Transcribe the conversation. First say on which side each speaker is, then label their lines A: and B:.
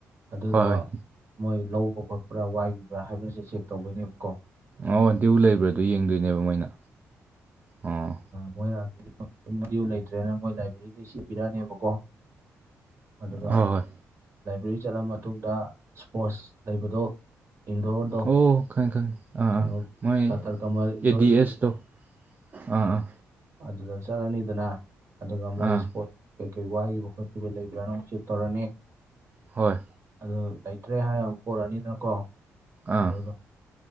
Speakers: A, on the right; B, on the right.
A: ꯑꯗꯨꯗꯣ
B: ꯍꯣꯏ ꯍꯣꯏ
A: ꯃꯣꯏ ꯂꯧꯕ ꯈꯣꯠꯄ꯭ꯔꯥ ꯋꯥꯏꯈꯤꯕ꯭ꯔꯥ ꯍꯥꯏꯕꯁꯦ ꯆꯦꯛ ꯇꯧꯕꯩꯅꯦꯕ ꯀꯣ
B: ꯑꯣ ꯗꯤꯌꯨ ꯂꯩꯕ꯭ꯔꯥ ꯗꯣ ꯌꯦꯡꯗꯣꯏꯅꯦꯕ ꯃꯣꯏꯅ ꯑꯣ
A: ꯃꯣꯏ ꯗꯤꯌꯨ ꯂꯩꯇ꯭ꯔꯦꯅ ꯂꯥꯏꯕ꯭ꯔꯦꯔꯤꯗꯩ ꯆꯦ ꯑꯃ ꯕꯤꯔꯛꯑꯅꯦꯕꯀꯣ ꯑꯗꯨꯒ
B: ꯍꯣꯏ ꯍꯣꯏ
A: ꯂꯥꯏꯕ꯭ꯔꯦꯔꯤ ꯆꯠꯂ ꯃꯇꯨꯡꯗ ꯏꯁꯄꯣꯠꯁ ꯂꯩꯕꯗꯣ ꯏꯟꯗꯣꯔꯗꯣ
B: ꯑꯣ ꯈꯪꯉꯦ ꯈꯪꯉꯦ ꯑꯥ
A: ꯀꯩꯅꯣ
B: ꯑꯥ ꯃꯣꯏ
A: ꯗꯥꯛꯇꯔ ꯀꯃꯜ ꯏꯟꯗꯣꯔ
B: ꯑꯦꯗꯤ
A: ꯏꯁꯇꯦꯗꯤꯌꯝ
B: ꯑꯦꯁ ꯗꯣ ꯑꯥ ꯑꯥ
A: ꯑꯗꯨꯗ ꯆꯠꯂꯅꯤꯗꯅ ꯑꯗꯨꯒ ꯃꯣꯏ
B: ꯑꯥ
A: ꯏꯁꯄꯣꯠ ꯀꯩꯀꯩ ꯋꯥꯠꯂꯤꯕ ꯈꯣꯠꯈꯤꯕ ꯂꯩꯕ꯭ꯔꯥꯅꯥ ꯑꯃꯨꯛ ꯆꯦꯛ ꯇꯧꯔꯅꯤ
B: ꯍꯣꯏ
A: ꯑꯗꯨ ꯂꯩꯇ꯭ꯔꯦ ꯍꯥꯏꯔ ꯑꯃꯨꯛ ꯄꯔꯛꯑꯅꯤꯗꯅꯀꯣ
B: ꯑꯥ
A: ꯑꯗꯨꯒ